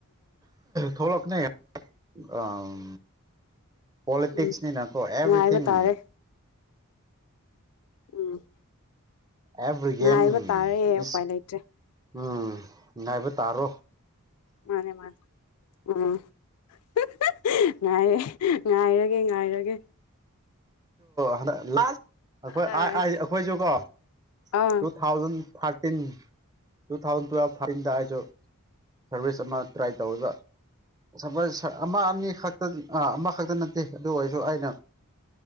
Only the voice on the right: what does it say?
ꯊꯣꯛꯂꯛꯀꯅꯤ ꯑꯥꯝ ꯄꯣꯂꯤꯇꯤꯛꯁꯅꯤꯅ
ꯀꯣ ꯑꯦꯚ꯭ꯔꯤꯊꯤꯡ
ꯑꯦꯚ꯭ꯔꯤꯒꯦꯝ
ꯏꯁ
ꯎꯝ ꯉꯥꯏꯕ ꯇꯥꯔꯣ
ꯍꯟꯗꯛ ꯂꯥꯜ ꯑꯩꯈꯣꯏ
ꯑꯥꯏ ꯑꯥꯏ ꯑꯩꯈꯣꯏꯖꯨꯀꯣ
ꯇꯨ ꯊꯥꯎꯖꯟ ꯊꯥ꯭ꯔꯠ ꯇꯤꯟ ꯇꯨꯊꯥꯎꯖꯟ ꯇꯨꯌꯦꯜꯞ ꯊꯥꯔꯇꯤꯟꯗ ꯑꯩꯁꯨ ꯁꯥꯔꯚꯤꯁ ꯑꯃ ꯇ꯭ꯔꯥꯏ ꯇꯧꯑꯦꯕ ꯁꯥꯔꯕꯤꯁ ꯑꯃ ꯑꯅꯤ ꯈꯛꯇ ꯑꯃꯈꯛꯇ ꯅꯠꯇꯦ ꯑꯗꯨ ꯑꯣꯏꯔꯁꯨ ꯑꯩꯅ